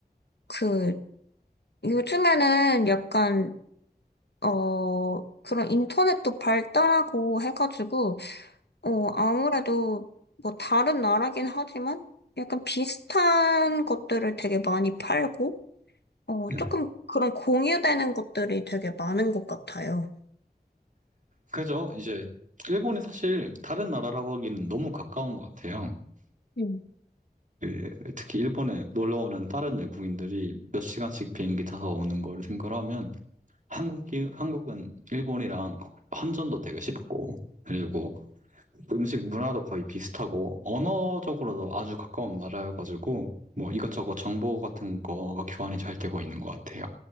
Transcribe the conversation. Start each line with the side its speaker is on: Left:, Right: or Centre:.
Left: 그, 요즘에는 약간, 어, 그런 인터넷도 발달하고 해가지고, 어, 아무래도 뭐 다른 나라긴 하지만 약간 비슷한 것들을 되게 많이 팔고, 어,
Right: 네.
Left: 조금 그런 공유되는 것들이 되게 많은 것 같아요.
Right: 그래 이제 일본이 사실 다른 나라라고 하기는 너무 가까운 것 같아요.
Left: 음,
Right: 그 특히 일본에 놀러 오는 다른 외국인들이 몇 시간씩 비행기 타서 오는 걸 생각하면 한국이, 한국은 일본이랑 환전도 되게 쉽고, 그리고 음식 문화도 거의 비슷하고, 언어적으로도 아주 가까운 나라여가지고, 뭐 이것저것 정보 같은 거가 교환이 잘 되고 있는 것 같아요.